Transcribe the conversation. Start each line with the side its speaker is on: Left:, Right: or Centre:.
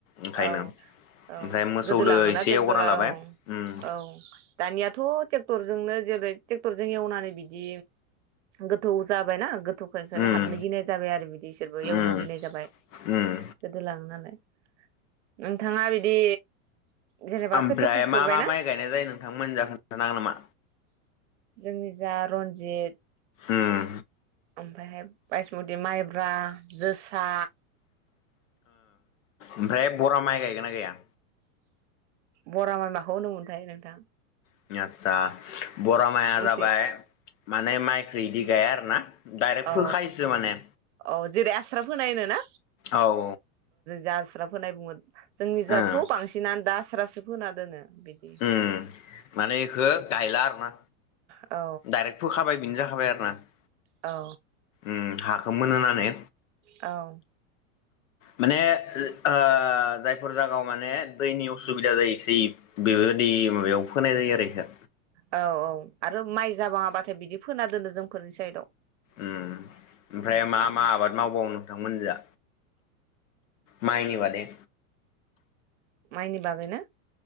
Left: ओंखायनो
Right: औ औ
Left: ओमफ्राय मोसौ
Right: गोदो
Left: दो
Right: लाङोना
Left: एसे
Right: ट्रेक्टरा
Left: एवग्रोना लाबाय
Right: औ
Left: उम
Right: औ दानियाथ' ट्रेक्टर जोंनो जेरै ट्रेक्टरजों एवनानै बिदि गोथौ जाबायना <unintelligible>
Left: उम
Right: हाबनो गिनाय जाबाय आरो बिदि बिसोरबो एवनो
Left: उम
Right: गिनाय जाबाय
Left: उम
Right: गोदोलाङो नालाय नोंथाङा बिदि जेनेबा
Left: ओमफ्राय
Right: खोथिया फुफेरबायना
Left: मा मा माइ गायनाय जायो नोंथांमोन जा खोनथानो हागोन नामा?
Right: जोंनि जा रन्जित
Left: उम
Right: ओमफ्राय बायसमथि माइ मायब्रा जोसा
Left: ओमफ्राय बरा माइ गायगोन ना गाया।
Right: बरा माइ माखौ होनो मोनथाय नोंथां
Left: <unintelligible> बरा माइया
Right: मिथि
Left: जाबाय माने माइ बादि गाया आरोना दाइरेक्ट
Right: औ
Left: फोखायोसो माने
Right: औ जेरै आस्रा फोनाय होनो ना?
Left: औ औ
Right: जास्राब फोनाय बुंगोन जोंनिजाथ
Left: ओं
Right: बांसिनानो दास रासो फोना दोनो बिदि
Left: उम माने एखो गायला आरोना
Right: औ
Left: डाइरेक्ट फोखाबाय बेनो जा <unintelligible>
Right: औ
Left: उम हा खो मोनहोनानै
Right: औ औ।
Left: माने ओ जायफोर जायगायावमाने दैनि उसुबिदा जायो सि बिबादि हाबायाव फोनायजायो आरो इ
Right: औ औ। आरो माइ जाबाङाबाथाय बिदि फोना दोनो जोंफोरनि साइदआव।
Left: उम ओमफ्राय
Right: बिदिनो
Left: मा मा आबाद मावबावो? नोंथां मोनजा माइनि बादै
Right: माइनि बागैना?